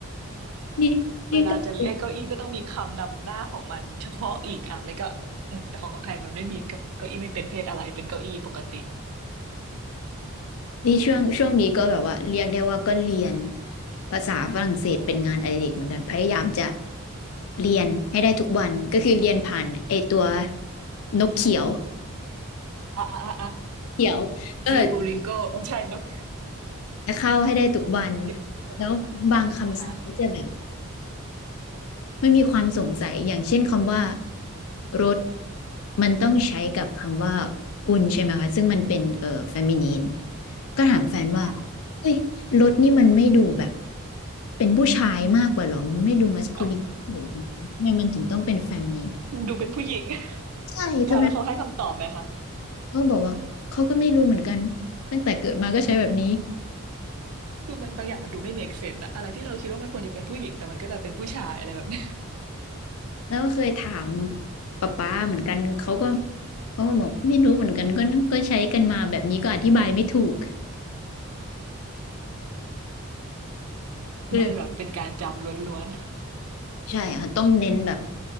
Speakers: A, on the left; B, on the right.
A: นี่นี่ก็เป็น
B: เวลาจะเรียกเก้าอี้ก็ต้องมีคำนำหน้าของมันเฉพาะอีกอ่ะแล้วก็อืมแต่ของไทยมันไม่มีเก้าเก้าอี้ไม่เป็นเพศอะไรเป็นเก้าอี้ปกติ
A: นี่ช่วงช่วงนี้ก็แบบว่าเรียกได้ว่าก็เรียนภาษาฝรั่งเศสเป็นงานอดิเรกเหมือนกันพยายามจะเรียนให้ได้ทุกวันก็คือเรียนผ่านไอตัวนกเขียว
B: อ่ะอ่ะอ่ะอ่ะ
A: เขียวเออ
B: ยูริงโกใช่นก
A: จะเข้าให้ได้ทุกวัน
B: ยูริงโก
A: แล้วบางคำศัพท์ก็จะแบบ
B: นะคะ
A: มันมีความสงสัยอย่างเช่นคำว่ารถมันต้องใช้กับคำว่ากุนใช่ไหมคะซึ่งมันเป็นเอ่อเฟมินีนก็ถามแฟนว่า
B: อ่ะอ่ะ
A: เฮ้ยรถนี่มันไม่ดูแบบเป็นผู้ชายมากกว่าเหรอไม่ดูมัสคูลินมากกว่าเหรอทำไมมันถึงต้องเป็นเฟมินีน
B: เอาดูเป็นผู้หญิง
A: ใช่ทำไม
B: แล้วแล้วเขาให้คำตอบไหมคะ
A: เขาบอกว่าเขาก็ไม่รู้เหมือนกันตั้งแต่เกิดมาก็ใช้แบบนี้
B: คือมันบางอย่างมันดูไม่ make sense อะอะไรที่เราคิดว่ามันควรจะเป็นผู้หญิงแต่มันก็จะเป็นผู้ชายอะไรแบบนี้
A: แล้วก็เคยถามป๊าป๊าเหมือนกันเขาก็เขาก็บอกไม่รู้เหมือนกันก็ก็ใช้กันมาแบบนี้ก็อธิบายไม่ถูกก็เลย
B: <laughs> น่าจะแบบเป็นการจำล้วน
A: ใช่ค่ะต้องเน้นแบบ